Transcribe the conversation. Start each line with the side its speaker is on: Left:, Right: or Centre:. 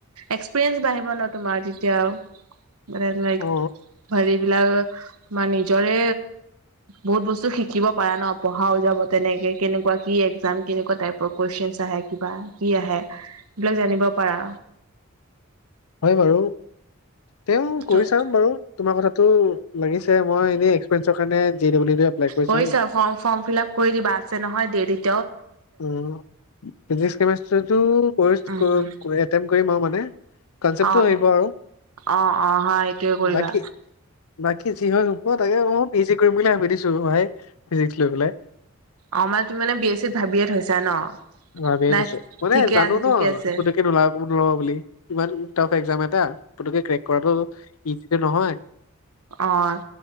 Right: এক্সৰিয়েঞ্চ বাঢ়িব ন তোমাৰ তেতিয়া, মেনে লাইক
Left: অ
Right: হেৰি বিলাক বা নিজৰে বহুত বস্তু শিকিব পাৰা ন পঢ়া ও লগত। তেনেকে কেনেকুৱা কি একজাম, কেনেকুৱা টাইপৰ কুৱেশন আহে কিবা কি আহে। এইবিলাক জানিব পাৰা।
Left: হয় বাৰু, তেওঁ
Right: ত
Left: কৰি চাম বাৰু তোমাৰ কথাতটো লাগিছে মই এনেই এক্সপেৰিয়েঞ্চৰ কাৰণে জে ডাবল ই টো এপ্লাই
Right: কৰি
Left: চাম
Right: চোৱা ফৰ্ম ফৰ্ম ফিল আপ কৰি দিবা আছে নহয় দেৰি
Left: অ ফিজিক্স কেমেষ্ট্ৰিটো কৰি
Right: উম
Left: ক আত্তেমত কৰিম আও মানে। কনচেপ্টটো
Right: অ
Left: আহিব আৰু
Right: অ অ হয় এইটোয়ে কৰিবা
Left: বাকী বাকী যি হয় হব, তাকে মই পি এইচ দি কৰিম বুলি ভাবি দিছো ভাই, ফিজিক্স লৈ পেলাই।
Right: অ মানে তুমি মানে বি এছ চিত ভাবিয়ে থৈছা ন।
Left: ভাবিয়ে
Right: নাই
Left: দিছো, মানে
Right: ঠিকে
Left: জানো
Right: আছে
Left: ন
Right: ঠিকে আছে
Left: একো <unintelligible> ওলাব নোৱাৰোঁ বুলি। ইমান টাফ এক্জাম এটা পতুকে ক্ৰেক কৰাটো ইজিটো নহয়।
Right: অ'।